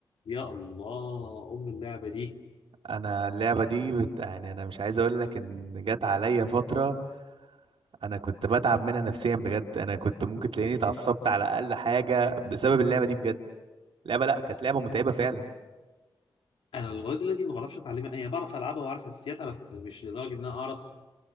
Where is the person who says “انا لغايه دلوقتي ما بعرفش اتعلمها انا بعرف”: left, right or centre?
Left